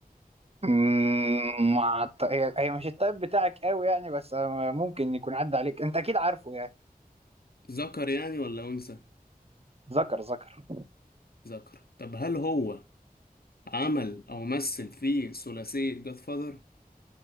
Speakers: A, on the right (about 40°); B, on the left (about 80°).
A: مم، مع الط- هي هي مش التايب بتاعك قوي يعني بس آه، ممكن يكون عدى عليك انت اكيد عارفه يعني
B: ذكر يعني ولا أنثى
A: ذكر ذكر
B: ذكر طب هل هو عمل او مثل في ثلاثية جاد فاذر